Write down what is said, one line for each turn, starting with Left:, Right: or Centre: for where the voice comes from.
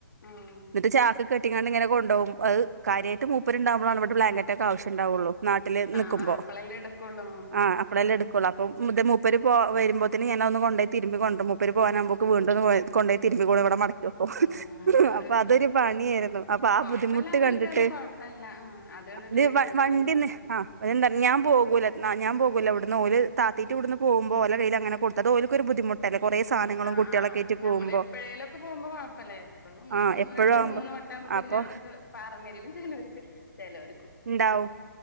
Left: ആഹ്
Right: ന്നിട്ട് ചാക്ക് കെട്ടിങ്ങാണ്ട് കൊ ണ്ടൊവു അ കാര്യമായിട്ട് മൂപ്പർണ്ടക്പോണ് ഇവടെ ബ്ലാങ്കറ്റ് ഒക്കെ ആശ്യം ഉണ്ടാവുള്ളൂ വട്ടിൽ
Left: ആഹ്
Right: നിക്കുമ്പോ
Left: ആഹ് അപ്പളല്ലേ എടുക്കുള്ളൂ
Right: ആ അപ്പളല്ലേ എടുക്കളൂ അപ്പം മുത മുപ്പര് പോ വരുമ്പോത്ത്ന് ഞാന് ഒന്ന് കൊണ്ടയി തിരുമ്പി കൊണ്ടണ്ട് മുപ്പര് പോകാനൻുമ്പോക്ക് വീണ്ടുംന്ന് കൊണ്ട് പോയി തിരുമ്പൂ ഇവിടെ മടക്കോക്കും
Left: ആഹ്
Right: അപ്പൊ
Left: ആഹ്
Right: അതൊരു പണിയായിരുന്നു. അപ്പൊ ആ
Left: കൊഴപ്പല്ലാത്തൊരു
Right: ബുദ്ധിമുട്ട് കണ്ടിട്ട്
Left: കഥ കൊഴപ്പല്ല ആഹ് കണ്ടിട്ട്
Right: അത്
Left: വേടിച്ചതാ
Right: വണ്ടിന്ന്
Left: മിനിഞ്ഞാന്ന്
Right: ആ എന്ത ഞാൻ പോകൂ ഞാ പോകൂല ഇവിടന്ന് ഓല് താത്ത ഇവിടുന്ന് പോകുമ്പോൾ കയ്യിൽ അങ്ങനെ കൊടുത്തത് ഓലൊ ബുദ്ധിമുട്ടല്ലേ കൊറേ സാധനങ്ങളും
Left: ആ
Right: കുട്ടികളൊക്കേയിട്ട്
Left: ആ നമ്മൾ
Right: പോകുമ്പോ
Left: എപ്പോഴേലൊക്കെ പോകുമ്പോ കൊഴപ്പമല്ല. എപ്പോഴും
Right: ആഹ്
Left: ഒന്ന്
Right: എപ്പഴും
Left: രണ്ടും
Right: ആവുമ്പോ
Left: മൂന്നും വട്ടാകുമ്പോ പിന്നെ
Right: അപ്പൊ
Left: വർക്ക് പറങ്ങിലലും ചിലർക്ക് ചിലർ
Right: ഉണ്ടാവും.